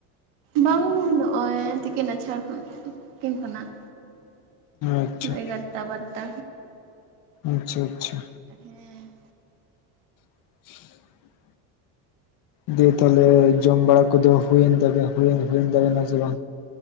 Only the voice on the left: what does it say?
ᱟᱪᱪᱷᱟ
ᱟᱪᱪᱷᱟ ᱟᱪᱪᱷᱟ
<inaudible> ᱫᱤᱭᱮ ᱛᱟᱦᱚᱞᱮ ᱡᱚᱢ ᱵᱟᱲᱟ ᱠᱚᱫᱚ ᱦᱩᱭᱮᱱ ᱛᱟᱵᱮ ᱦᱩᱭᱮᱱ ᱛᱟᱵᱮᱱᱟ ᱥᱮ ᱵᱟᱝ